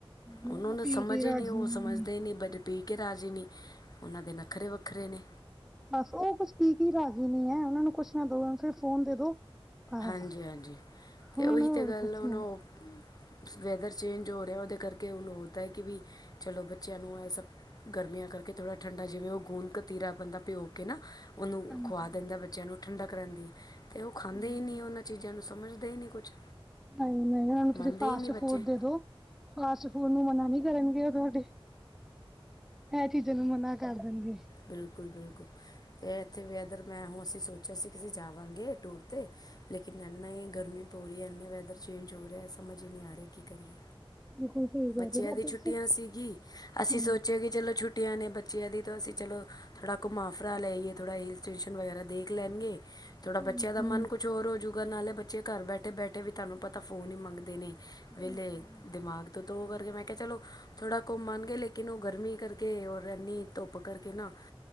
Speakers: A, in the centre; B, on the left.
A: ਉਹ
B: ਉਹਨੂੰ ਤਾਂ
A: ਪੀ
B: ਸਮਝ
A: ਕੇ ਰਾਜੀ
B: ਹੀ ਨਹੀਂ ਉਹ
A: ਨੇ
B: ਸਮਝਦੇ ਨਹੀਂ ਬ ਕਿ ਰਾਜੇ ਨਹੀਂ ਉਹਨਾਂ ਦੇ ਨੱਖਰੇ ਵੱਖਰੇ ਨੇ।
A: ਬਸ ਉਹ ਕੁਛ ਪੀਕੇ ਰਾਜੀ ਨਹੀਂ ਐ ਉਹਨਾਂ ਨੂੰ ਕੁਛ ਨਾ ਦੋ ਸਿਫਰ ਫੋਨ ਦੇ ਦੋ। ਬਸ
B: ਹਾਂਜੀ-ਹਾਂਜੀ ਅਤੇ
A: ਉਹਨਾਂ
B: ਉਹੀ
A: ਨੂੰ ਹੋਰ
B: ਤਾਂ ਗੱਲ
A: ਕੁਛ
B: ਹੁਨ
A: ਨਹੀਂ
B: ਉਹ ਵੈਦਰ ਚੇਂਜ ਹੋ ਰਿਹਾ ਉਹਦੇ ਕਰਕੇ ਉਹੁਨੂੰ ਹੋਦਾ ਕਿ ਵੀ ਚਲੋ ਬੱਚਿਆਂ ਨੂੰ ਇਹ ਸਭ ਗਰਮੀਆਂ ਕਰਕੇ ਥੋੜ੍ਹਾ ਠੰਡਾ ਜਿਵੇਂ ਉਹ ਗੂੰਦ ਕਤੀਰਾ ਬੰਦਾ ਭਿਓ ਕੇ ਨਾ। ਉਹਨੂੰ
A: ਹਾਂਜੀ
B: ਖੁਆ ਦਿੰਦਾ ਬੱਚਿਆਂ ਨੂੰ ਠੰਡਾ ਕਰਨ ਦੀ ਅਤੇ ਉਹ ਖ
A: ਹਾਂਜੀ
B: ਚੀਜ਼ਾਂ ਨੂੰ ਸਮਝਦੇ ਹੀ ਨਹੀਂ ਕੁਛ
A: ਨਹੀਂ-ਨਹੀਂ ਉਹਨਾਂ ਨੂੰ ਤੁਸੀਂ
B: ਮੰਨਦੇ
A: ਫਾਸਟ
B: ਹੀ ਨਹੀਂ ਬੱਚੇ
A: ਫੂਡ ਦੇ ਦੋ। ਫਾਸਟ ਫੂਡ ਨੂੰ ਮਨਾ ਨੀ ਕਰਨਗੇ ਉਹ ਤੁਹਾਡੇ ਇਹ ਚੀਜ਼ਾਂ ਨੂੰ ਮਨਾ ਕਰ ਦਿੰਦੇ।
B: ਬਿਲਕੁਲ -ਬਿਲਕੁਲ ਅਤੇ ਇੱਥੇ ਵੀ ਵੈਦਰ ਮੈਂ ਹੁਣ ਅਸੀਂ ਸੋਚਿਆ ਸੀ ਕਿ ਅਸੀਂ ਜਾਵਾਂਗੇ ਟੂਰ ਤੇ ਲੇਕਿਨ ਇੰਨਾ ਹੀ ਗਰਮੀ ਪੂਰੀ ਰਹੀ ਹੈ ਇੰਨਾੇ ਵੈਦਰ ਚੇਂਜ ਹੋ ਰਿਹਾ ਹੈ ਸਮਝ ਹੀ ਨਹੀਂ ਆ ਰਿਹਾ ਕੀ ਕਰੀਏ‌।
A: ਬਿਲਕੁਲ ਸਹੀ ਕਹਿ
B: ਬੱਚਿਆਂ
A: ਰਹੇ ਬਾਦਲ
B: ਦੀ ਛੁੱਟੀਆਂ
A: ਜੀ
B: ਸੀਗੀ
A: ਹਮ
B: ਅਸੀਂ ਸੋਚ ਕਿ ਚਲੋ ਛੁੱਟੀਆਂ ਨੇ ਬੱਚਿਆਂ ਦੀ ਤਾਂ ਅਸੀਂ ਚਲੋ। ਥੋੜਾ ਘੁਮਾਫਰਾ ਲੈਏ ਥੋੜਾ ਹਿੱਲ ਸਟੇਸ਼ਨ ਵਗੈਰਾ ਦੇਖ ਲੈਣਗੇ। ਥੋੜ੍ਹਾ
A: ਹਾਂਜੀ
B: ਬੱਚਿਆਂ ਦਾ ਮਨ ਕੁਛ ਹੋਰ ਹੋ ਜੂਗਾ ਨਾਲੇ ਬੱਚੇ ਘਰ ਬੈਠੇ-ਬੈਠੇ ਵੀ ਤੁਹਾਨੂੰ ਪਤਾ ਫੋਨ ਹੀ ਮੰਗਦੇ ਨੇ। ਵੇਲੇ
A: ਬਿਲਕੁਲ
B: ਦਿਮਾਗ ਤੋਂ ਤਾਂ ਉਹ ਕਰਕੇ ਮੈਂ ਕਿਹਾ ਚਲੋ ਥੋੜਾ ਘੁੰਮ ਆਂਣਗੇ ਲੇਕਿਨ ਉਹ ਗ ਗਰਮੀ ਕਰਕੇ ਏਨੀ ਔਰ ਧੁੱਪ ਕਰਕੇ ਨਾ